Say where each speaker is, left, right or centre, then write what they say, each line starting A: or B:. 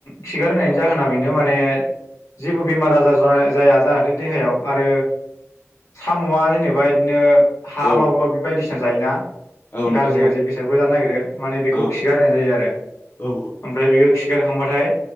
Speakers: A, on the left; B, on the left.
A: खिगार होनायनि जाहोना बेनो माने जेबो बेमार आजार जाया जाहाथे देहायाव आरो साम'आ जेनेबा बिदिनो हा
B: औ
A: माबा माबि बायदिसिना जायोना।
B: औ नोंथां
A: गाज्रि गाज्रि
B: औ
A: बेसादफोर जानो नागिरो माने बेखौ
B: औ
A: खिगार होनाय जायो आरो।
B: औ
A: ओमफ्राय बेयो खिगारखांबाथाय